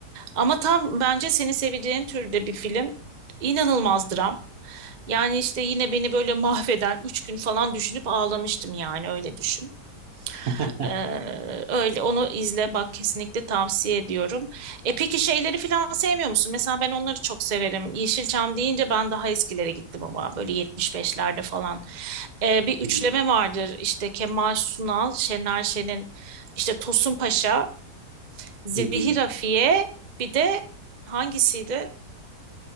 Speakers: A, on the right (about 45°); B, on the right (about 60°).
A: Ama tam bence seni seveceğin türde bir film. İnanılmaz dram. Yani işte yine beni böyle mahveden 3 gün falan düşünüp ağlamıştım yani öyle düşün.
B: Hı
A: Ee, öyle onu izle bak kesinlikle tavsiye ediyorum. E peki şeyleri falan sevmiyor musun? Mesela ben onları çok severim. Yeşilçam deyince ben daha eskilere gittim ama böyle 75'lerde falan. Ee, bir üçleme
B: hı,
A: vardır işte Kemal Sunal, Şener Şen'in işte Tosun Paşa, Zehir
B: hı hı.
A: Afiye bir de hangisiydi?